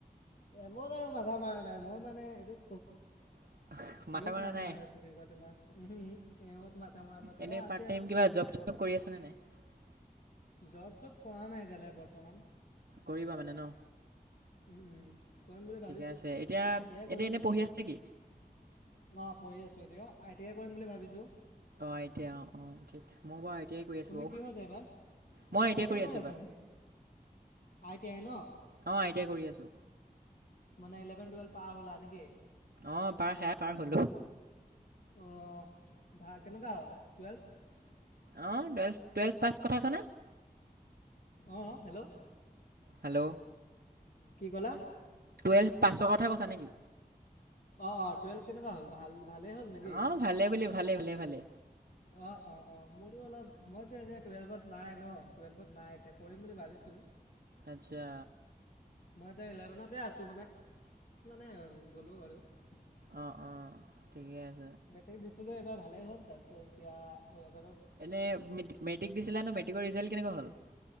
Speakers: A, on the left; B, on the right.
A: এ মোৰ বাৰু মাথা মৰা নাই। মই মানে এইটো
B: <inaudible>
A: কিহত মাথা
B: নাই
A: মাৰি আছো কি কয় তোমাৰ উ ইহত মাথা মৰা নাই
B: এনেই
A: দাদা
B: পাৰ্ট
A: আছে
B: টাইম
A: আৰু
B: কিবা
A: ইমান
B: জব
A: টেননত
B: চব
A: <unintelligible>
B: <inaudible>
A: জব-চব কৰা নাই এতিয়া লৈকে বৰ্তমান।
B: কৰিবা মানে ন?
A: উম, উম। কৰিম বুলি ভাবিছো।
B: ঠিকে আছে এতিয়া
A: আই টি আই কৰিম
B: এনেই
A: এতিয়া।
B: পঢ়ি আছে
A: অ
B: নেকি
A: পঢ়ি আছো এতি। য়া। আই টি আই কৰিম বুলি ভাবিছোঁ।
B: অ এতিয়া অ অ ঠিক মৌ বাও। এতিয়াই কৰি আছোঁ
A: তুমি
B: বাও।
A: কিহত এইবাৰ,
B: মই এতিয়াই
A: আই টি
B: কৰি
A: আই
B: আছোঁ
A: আছা
B: এবা।
A: নেকি? আই টি আই ন?
B: অ আই টি আই কৰি আছো।
A: মানে ইলেভেন টুৱেলভ পাৰ হলা নেকি?
B: অ পাৰ সেয়া পাৰ হলো।
A: আহ ভা কেনেকুৱা হ'ল টুৱেলভ? <unintelligible>
B: অঁ টুৱেলভ টুৱেলভ পাছ কথা আছানে? <unintelligible>
A: অহ। হেল্ল'।
B: হেল্ল'।
A: কি কলা?
B: টুৱেল্ভ পাছৰ কথা কৈছা নেকি?
A: অ অ টুৱেলভ কেনেকুৱা হ'ল? ভাল। ভালেই হ'ল নেকি?
B: অ ভালে বুলি ভালে ভালে ভালে।
A: অ অ অ মোৰো অলপ, মইতে এতিয়া। টুৱেল্ভত নাই ন টুৱেলভত নাই এতিয়া। কৰিম বুলি ভাবিছো।
B: আচ্ছা।
A: মই তে ইলেভেনতে আছো মানে। মানে গ'লো আৰু। <unintelligible>
B: অ অ ঠিকে আছে।
A: মেট্ৰিক দিছিলো এইবাৰ ভালেই হ'ল তাৰপিছত এতিয়া।
B: এনে মেট্ৰিক দিছিলা ন মেট্ৰিকৰ ৰিজাল্ট কেনেকুৱা হ'ল।